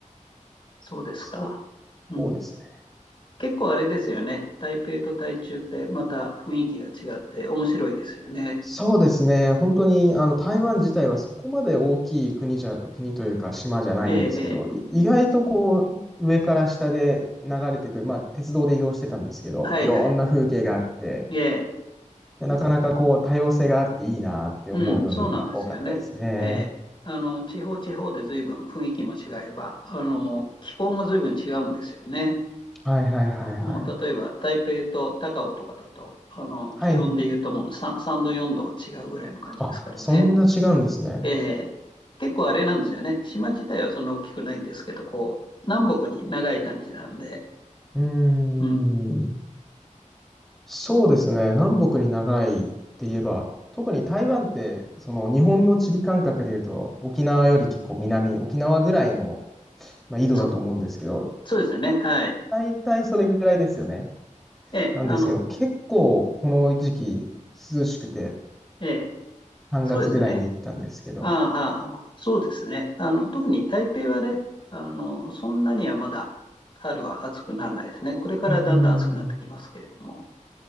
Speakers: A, on the left; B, in the centre.
A: そうですか。
B: そう、
A: うん。
B: そうですね。
A: 結構あれですよね。台北と台中ってまた雰囲気が違って面白いですよね。
B: そうですね。本当に、あの、台湾自体はそこまで大きい国じゃ、国というか島じゃないんですけど、
A: ええ、ええ。
B: い意外とこう、上から下で流れてくる、まあ、鉄道で移動してたんですけど、
A: はいはい。
B: いろんな風景があって、
A: ええ。
B: なかなかこう、多様性があっていいなって思う部分が多かったですね。
A: うん、そうなんですよね。ええ。あの、地方地方で随分雰囲気も違えば、あの、気候も随分違うんですよね。
B: はいはいはいはい。
A: うん例えば台北と高雄とかだと、あの、
B: はい。
A: 気温で言うともう 3, 3度4度は違うぐらいの感じですからね。
B: あ、そんな違うんですね。
A: ええ結構あれなんですよね。島自体はそんな大きくないんですけど、こう、南北に長い感じなんで、
B: うーん。
A: うん。
B: そうですね。南北に長いって言えば、特に台湾って、その日本の地理感覚で言うと、沖縄より結構南、沖縄ぐらいの、まあ、緯度だと思うんですけど、
A: そ、そうですね。はい。
B: 大体それぐらいですよね。
A: ええ、
B: なんですけど、
A: あの、
B: 結構この時期涼しくて、
A: ええ、
B: 3月ぐらいに行ったんですけど、
A: そうですね。ああ、はあはあ、そうですね。あの、特に台北はね、あの、そんなにはまだ春は暑くならないですね。これからだんだん暑くなってきますけれども。
B: うーん、